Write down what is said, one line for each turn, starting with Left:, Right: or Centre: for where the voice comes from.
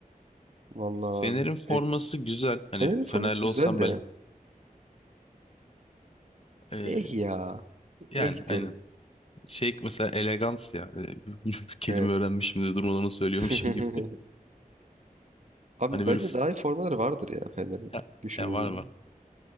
Right: Vallahi
Left: Fener'in
Right: abi.
Left: forması
Right: E,
Left: güzel. Hani
Right: Fener'in
Left: Fenerli
Right: forması güzel
Left: olsam
Right: de.
Left: belki ee,
Right: Eh ya.
Left: yani
Right: Eh
Left: aynen.
Right: derim.
Left: Şey mesela elegans ya. Ee, <laughs> kelime
Right: Evet.
Left: öğrenmişim de durmadan onu söylüyormuşum
Right: <laughs>
Left: gibi.
Right: Abi
Left: Hani böyle
Right: bence
Left: f-
Right: daha iyi formaları vardır ya Fener'in
Left: ya,
Right: düşününce.
Left: ya var mı?